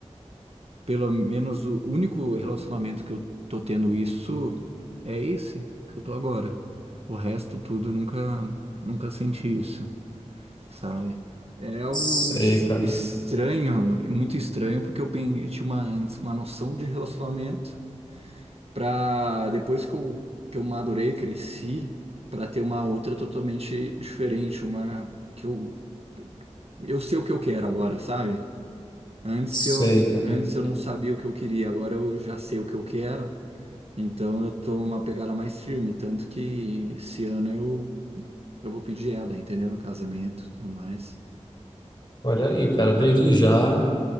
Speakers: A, on the right (about 60°); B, on the left (about 40°).
A: Pelo menos o único relacionamento que eu tô tendo isso é esse que eu tô agora. O resto tudo eu nunca nunca senti isso, sabe? É algo
B: Sei,
A: es-
B: cara.
A: estranho, é muito estranho, porque eu, pen- eu tinha uma, antes uma noção de relacionamento para depois que eu, que eu madurei, cresci, para ter uma outra totalmente diferente, uma que eu eu sei o que eu quero agora, sabe? Antes
B: Sei,
A: eu,
B: cara.
A: antes eu não sabia o que eu queria, agora eu já sei o que eu quero, então eu tô uma pegada mais firme, tanto que esse ano eu, eu vou pedir ela, entendeu? Em casamento e tudo mais.
B: Olha aí, cara, desde já,